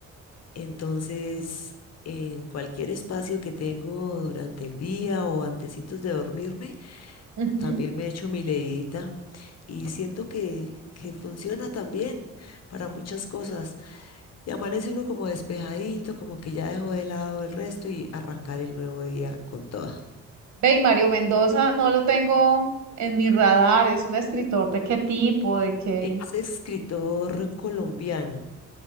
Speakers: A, on the left; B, on the right.
A: Entonces, en cualquier espacio que tengo durante el día o antecitos de dormirme,
B: Ujú.
A: también me echo mi leidita y siento que, que funciona también para muchas cosas. Y amanece uno como despejadito, como que ya dejó de lado el resto y arrancar el nuevo día con toda.
B: Ve, y Mario Mendoza no lo tengo en mi radar, es un escritor de qué tipo, de qué.
A: Es escritor colombiano